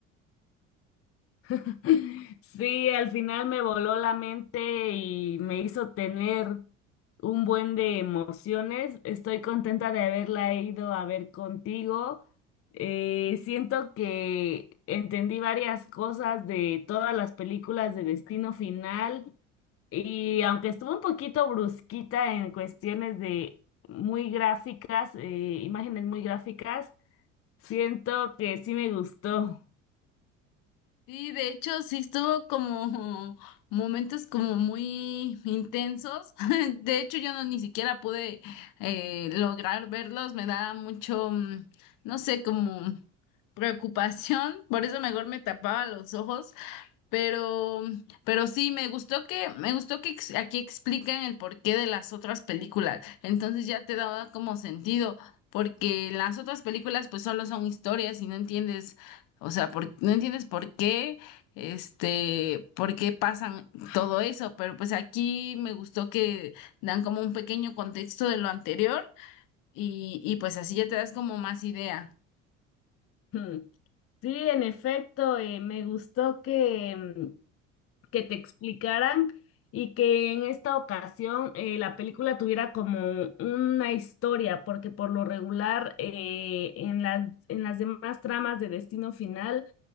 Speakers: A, on the left; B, on the left.
A: <laughs> Sí, al final me voló la mente y me hizo tener un buen de emociones. Estoy contenta de haberla ido a ver contigo. Eh, siento que entendí varias cosas de todas las películas de Destino Final y aunque estuvo un poquito brusquita en cuestiones de muy gráficas, eh, imágenes muy gráficas, siento que sí me gustó.
B: Sí, de hecho, sí estuvo como <laughs> momentos como muy intensos. <laughs> De hecho, yo no ni siquiera pude eh, lograr verlos. Me da mucho, mm, no sé, como preocupación. Por eso mejor me tapaba los ojos Pero, pero sí, me gustó que, me gustó que ex- aquí explican el porqué de las otras películas. Entonces ya te daba como sentido, porque las otras películas pues solo son historias y no entiendes, o sea, por- no entiendes por qué, este, por qué pasan todo eso. Pero pues aquí me gustó que dan como un pequeño contexto de lo anterior y, y pues así ya te das como más idea.
A: Hmm. Sí, en efecto, eh, me gustó que, mm, que te explicaran y que en esta ocasión eh, la película tuviera como una historia, porque por lo regular eh, en las, en las demás tramas de Destino Final